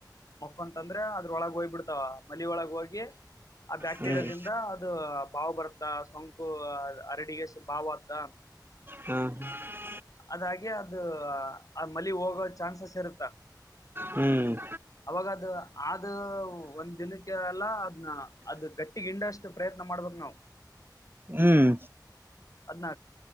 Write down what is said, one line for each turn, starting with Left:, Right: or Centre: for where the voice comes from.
Left: ಹಂತಂದ್ರೆ ಅದ್ರೊಳಗ ಹೋಗ್ ಬಿಿಡ್ತಾವ ಮಲಿ ಒಳಗ ಹೋಗಿ. ಆ ಬ್ಯಾಕ್ಟೀರಿಯಾದಿಂದ
Right: ಹ್ಮ್ ಹ್ಮ್
Left: ಅದು ಬಾವು್ ಬರ್ತಾ ಸೋಂಕು ಅರಡಿಗೆ. ಭಾವದಾ.
Right: ಹ್ಮ ಹ.
Left: ಅದಾಗೆ ಅದು ಆ ಮಲಿ ಹೋಗೋ ಚಾನ್ಸಸ್ ಇರುತ್ತ.
Right: ಹ್ಮ್
Left: ಅವಾಗದು ಆದ ಒಂದ್ ದಿನಕ್ಕೆ. ಅದ್ನ ಅದು ಗಟ್ಟಿ ಗಿಂಡಷ್ಟು ಪ್ರಯತ್ನ ಮಾಡ್ಬಕ್ ನಾವವು.
Right: ಹ್ಮ್.
Left: ಅದ್ನ